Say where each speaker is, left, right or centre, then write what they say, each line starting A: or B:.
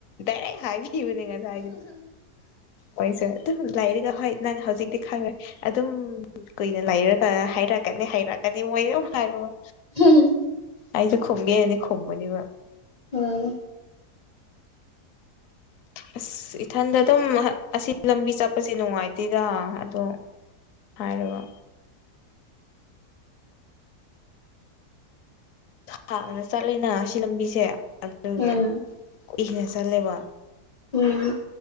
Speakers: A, on the left; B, on the left.
A: ꯗꯥꯏꯔꯦꯛ ꯍꯥꯏꯕꯤꯕꯅꯦ ꯉꯁꯥꯏꯖꯦ ꯍꯣꯏꯁꯦ ꯗꯨꯝ ꯂꯩꯔꯤꯒ ꯍꯣꯏ ꯅꯪ ꯍꯧꯖꯤꯛꯗꯤ ꯈꯪꯔꯣꯏ ꯑꯗꯨꯝ ꯀꯨꯏꯅ ꯂꯩꯔꯒ ꯍꯩꯔꯛꯀꯅꯤ ꯍꯩꯔꯛꯀꯅꯤ ꯃꯣꯏ ꯗꯨꯝ ꯍꯥꯏꯔꯑꯣ
B: <unintelligible>
A: ꯑꯩꯖꯨ ꯈꯨꯝꯒꯦꯅꯤ ꯈꯨꯝꯕꯅꯦꯕ
B: ꯎꯝ
A: ꯑꯁ ꯏꯊꯟꯗ ꯑꯗꯨꯝ ꯑꯁꯤ ꯂꯝꯕꯤ ꯆꯠꯄꯁꯦ ꯅꯨꯡꯉꯥꯏꯇꯦꯗ ꯑꯗꯣ ꯍꯥꯏꯔꯒ ꯁꯥꯡꯅ ꯆꯠꯂꯤꯅ ꯁꯤ ꯂꯝꯕꯤꯁꯦ ꯑꯗꯨꯒꯤ
B: ꯎꯝ
A: ꯀꯨꯏꯅ ꯆꯜꯂꯦꯕ
B: ꯎꯝ